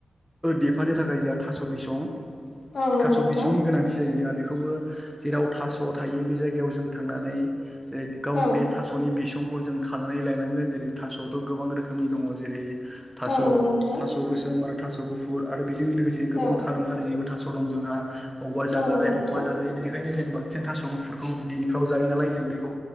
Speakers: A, in the centre; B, on the left.
A: देफानो थाखाय जोंहा थास' बिसं
B: औ नंगौ
A: थास'
B: नोंथां
A: बिसंनि गोनांथि जायो जोंहा बेखौबो जेराव थास' थायो बे जायगायाव जों थांनानै जेरै गाव
B: औ
A: बे थास'नि बिसंखौ जों खानानै लायनांगोन जेरै थास'वाथ' गोबां रोखोमनि दङ जेरै थास'
B: औ नंगौ नोंथां
A: गोसोम आरो थास' गुफुर आरो बेजों लोगोसे गोबां
B: औ
A: थारुन हारिनिबो थास' दं जोंहा अबेबा जाजानाय
B: औ नंगौ नोंथां
A: अबेबा जाजायो बेनिखायनो जों बांसिन थास' गुफुरखौ बिदिफ्राव जायो नालाय जों बेखौ